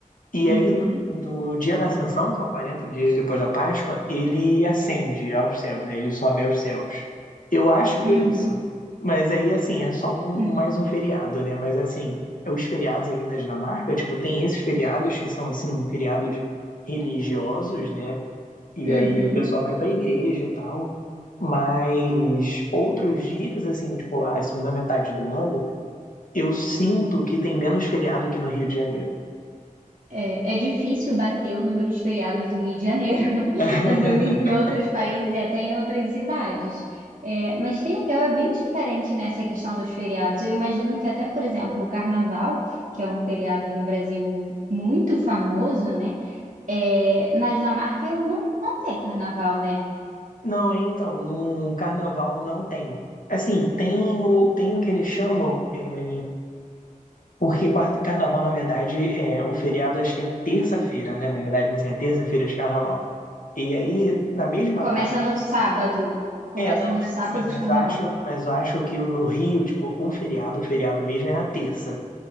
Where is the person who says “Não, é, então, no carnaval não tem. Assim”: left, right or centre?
Left